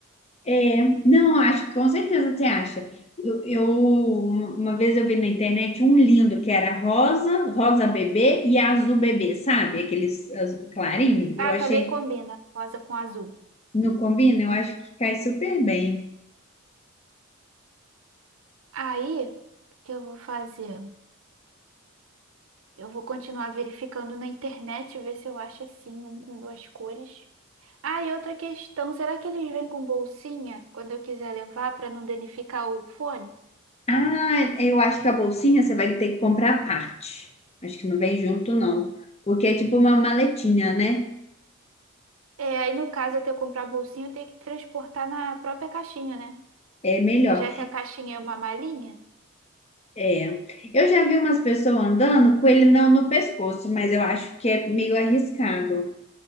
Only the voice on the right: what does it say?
Ah,
também combina rosa com azul.
Aí, o que eu vou fazer? Eu vou continuar verificando na internet, ver se eu acho assim, um com duas cores. Ah, e outra questão, será que eles vêm com bolsinha quando eu quiser levar para não danificar o fone?
É, aí no caso, até eu comprar bolsinha, eu tenho que transportar na própria caixinha, né?
Que já que a caixinha é uma malinha.